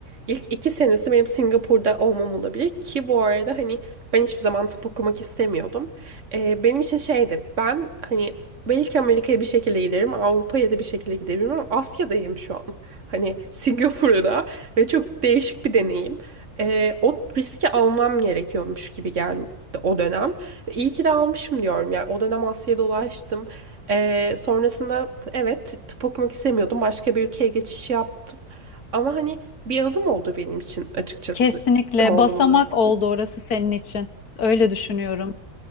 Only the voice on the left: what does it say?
Kesinlikle
basamak
oldu orası senin için. Öyle düşünüyorum.